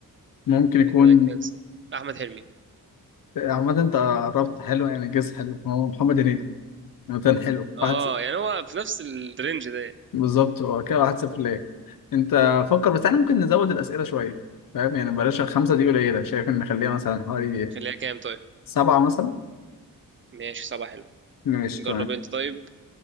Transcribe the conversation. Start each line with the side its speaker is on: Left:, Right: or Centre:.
Left: ممكن يكون
Right: ده كده هنكنسل أحمد حلمي
Left: عامة انت قربت حلو يعني جيس حلو هو محمد هنيدي عامة حلو
Right: اه
Left: واحد صفر.
Right: يعني هو في نفس الرينج ده يعني
Left: بالظبط هو كده واحد صفر ليه انت فكر بس احنا ممكن نزود الأسئلة شوية فاهم يعني بلاش خمسة دي قليلة شايف ان نخليها مثلا حوالي
Right: خليها كام طيب
Left: سبعة مثلا
Right: ماشي صباح حلو
Left: ماشي
Right: جرب
Left: تمام
Right: انت طيب